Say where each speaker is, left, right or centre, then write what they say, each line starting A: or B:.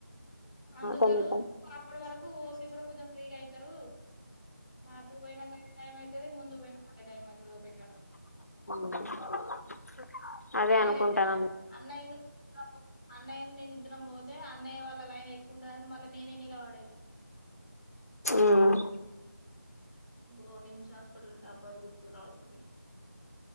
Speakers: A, on the left; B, on the left.
A: అందుతారు
B: తొమ్మిది
A: అప్పటి వరకు ఓపి కూడా కొంచెం ఫ్రీగా అయితారు మరి అప్పుడు పోయినా ఇదే టైం అయితది ముందు పోయిన అదే టైం అయితది ఓపి కాడ
B: <inaudible> అదే
A: నేనైతే
B: అనుకుంటాను
A: అన్నయ్యను అన్నయ్య నేను ఇద్దరం పోతే అన్నయ వాళ్ళలైన్ ఎక్కువ ఉంటదని నేనే నిలబడేది
B: ఉమ్
A: ఓ నిమిషం హాస్పిటల్లో ఉంటే అబ్బాయిలు గుర్తుకురావాలి పిన్ని